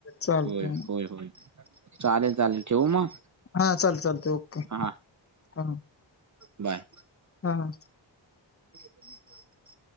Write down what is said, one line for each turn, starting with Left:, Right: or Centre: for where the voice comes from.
Left: चालतंय.
Right: होय -होय -होय. चालेल -चालेल. ठेवू मग?
Left: हा चालतंय चालतंय ओके.
Right: हा
Left: हा.
Right: बाय.
Left: हा हा.
Right: <inaudible>